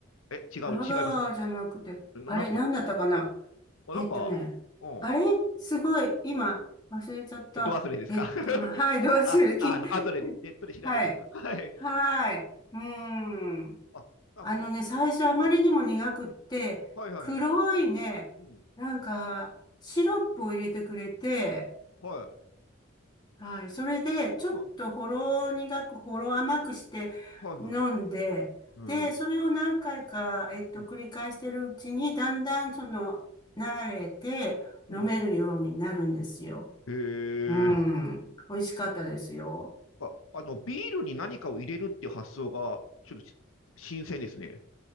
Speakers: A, on the left; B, on the left.
A: ーえ、違う、
B: ラガーじゃなくて、
A: 違いますかな、
B: あれ、
A: なんすか
B: なんだったかな
A: あ、
B: えっとね、
A: なんか、う
B: あれ、すごい、今、忘れちゃった。
A: ん、ど忘れですか
B: えっと、
A: <laughs>
B: あはい、どうするき、
A: あ、あ、あとでネットで調べておきます。
B: <laughs> はい。
A: <laughs> はい。
B: はい。うーん。
A: あ、あ、
B: あのね、
A: あご当地、
B: 最初あまりにも苦くって、
A: うんはいはい。
B: 黒いね、
A: うん、
B: なんか、シロップを入れてくれて、
A: はい。
B: はい。それで、ちょっとほろ苦く、
A: ま
B: ほろ甘くして飲んで、
A: あはいはい。うん、
B: で、それを何回か、えっと、
A: うん、
B: 繰り返してるうちに、だんだん、その、慣れて飲めるようになるんですよ。
A: うん。え
B: うん。
A: ー、
B: 美味しかったですよ。
A: あ、あの、ビールに何かを入れるっていう発想が、ちょっとし新鮮ですね。